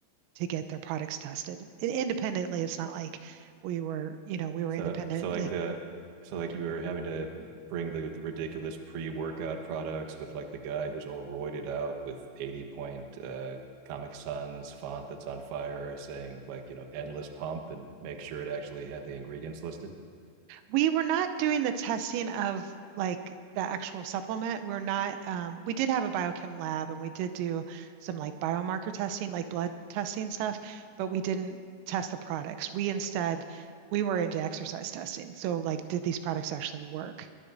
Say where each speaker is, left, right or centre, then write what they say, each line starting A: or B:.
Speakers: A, on the right; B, on the right.
A: to get their products tested independently. It's not like we were, you know, we were
B: So
A: independently
B: so like the so like you were having to bring the, the ridiculous pre-workout products with like the guy who's all roided out with 80 point uh Comic Sans font that's on fire saying like, you know, endless pump and make sure it actually had the ingredients listed.
A: We were not doing the testing of like the actual supplement. We're not, um, we did have a biochem lab and we did do some like biomarker testing, like blood testing stuff, but we didn't test the products. We instead, we were into exercise testing. So, like, did these products actually work?